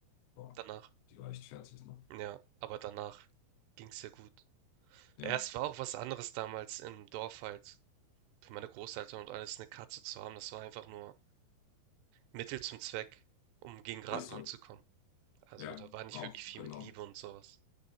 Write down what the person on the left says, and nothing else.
Boah,
die war echt fertig, ne?
Ja,
ist so.
Ja,
auch,
genau.